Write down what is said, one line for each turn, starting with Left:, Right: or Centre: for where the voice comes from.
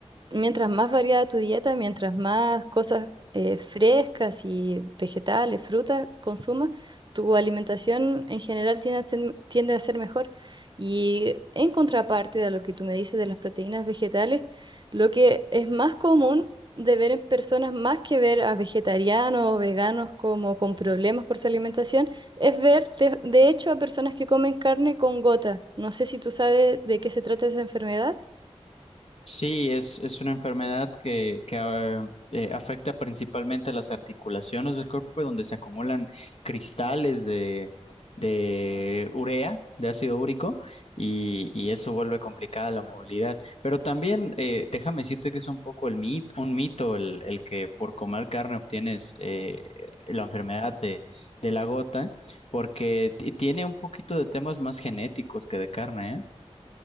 Right: mientras más variada tu dieta, mientras más cosas eh, frescas y vegetales, frutas consumas, tu alimentación en general tiende a ser, tiende a ser mejor. Y en contraparte de lo que tú me dices de las proteínas vegetales, lo que es más común de ver en personas, más que ver a vegetarianos o veganos como con problemas por su alimentación, es ver de, de hecho a personas que comen carne con gota. No sé si tú sabes de qué se trata esa enfermedad.
Left: Sí, es, es una enfermedad que, que, ah, eh, afecta principalmente a las articulaciones del cuerpo, donde se acumulan cristales de, de urea, de ácido úrico, y, y eso vuelve complicada la movilidad. Pero también eh, déjame decirte que es un poco el mit- un mito el, el que por comer carne obtienes eh, la enfermedad de, de la gota, porque ti- tiene un poquito de temas más genéticos que de carne, ¿eh?